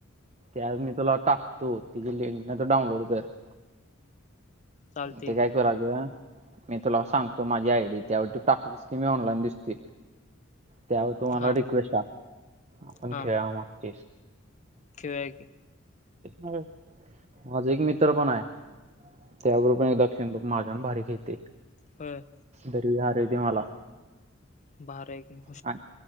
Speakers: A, on the right; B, on the left.
A: ते आज मी तुला टाकतो तिची लिंक म तू डाउनलोड कर.
B: चालते
A: ते काय
B: की
A: कराच मी तुला सांगतो माझी आय डी, त्यावरत तू टाकलीस की मी ऑनलाईन दिसते. त्यावर तु मला
B: हा
A: रिक्वेस्ट टाक आपण
B: हा
A: खेळा मंग चेक्स.
B: खेळूया की!
A: माझा एक मित्र पण आहे. त्या बरोबर पण एकदा खेळून बघ, माझ्याहून भारी खेळते.
B: होय.
A: दरवेळी हारवीते मला.
B: <unintelligible>
A: आणि